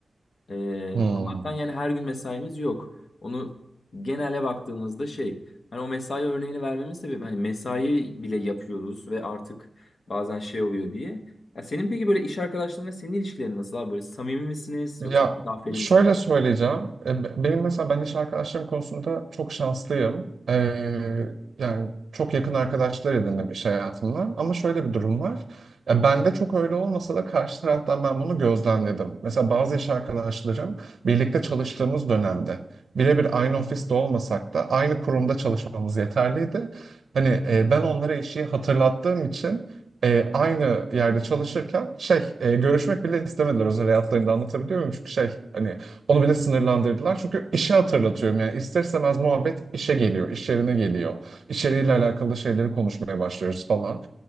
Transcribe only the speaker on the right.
Hmm.
Ya
şöyle
söyleyeceğim. E, be- Benim mesela ben iş arkadaşlarım konusunda çok şanslıyım. Ee, yani çok yakın arkadaşlar edindim iş hayatımdan. Ama şöyle bir durum var. Ya bende çok öyle olmasa da karşı taraftan ben bunu gözlemledim. Mesela bazı iş arkadaşlarım birlikte çalıştığımız dönemde birebir aynı ofiste olmasak da aynı kurumda çalışmamız yeterliydi. Hani e, ben onlara işi hatırlattığım için e, aynı yerde çalışırken şey e, görüşmek bile istemediler özel hayatlarında anlatabiliyor muyum? Çünkü şey hani onu bile sınırlandırdılar. Çünkü işe hatırlatıyorum yani ister istemez muhabbet işe geliyor, iş yerine geliyor. İçeriğiyle alakalı şeyleri konuşmaya başlıyoruz falan.